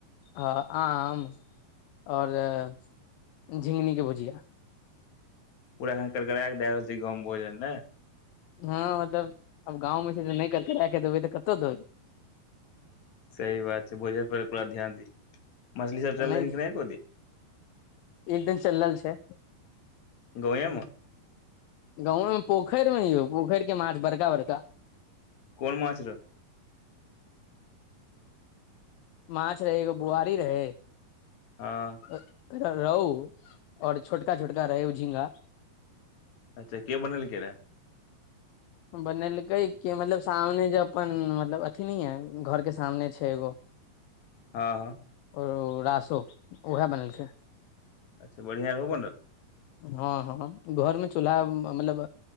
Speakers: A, on the left; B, on the left.
A: अ आम <inaudible> और <inaudible> झिंगनी केँ भुजिया
B: पूरा अखन करगराा कऽ दै रहल छी गाँव में भोजन नै
A: हँ मतलब अब गाँव में छै नै कारकरै केँ देबै तऽ कत देबै
B: सही बात छै भोजन पर पूरा ध्यान दी <inaudible> मछली सब चललै
A: नहि
B: ह कि नै एको दिन
A: एक दिन चलल छै
B: गाँव ये में
A: गाँवए में पोखैर में यौ पोखैर केँ माछ बड़का बड़का
B: कोन माछ रो
A: माछ रहै एगो बुआरी रहै
B: हऽ
A: एकटा रोहु और छोटका छोटका रहै झिंगा
B: अच्छ केँ बनलकेँ रहय
A: बनेलकै कि मतलब सामने जे अपन मतलब अथी नै य घर केँ सामने छै एगो
B: ह ह
A: कोन ओ रासो <inaudible> उएह बनेलकै
B: अच्छा बढ़िआँ रहौ बनल
A: हँ हँ घर मे चूल्हा मतलब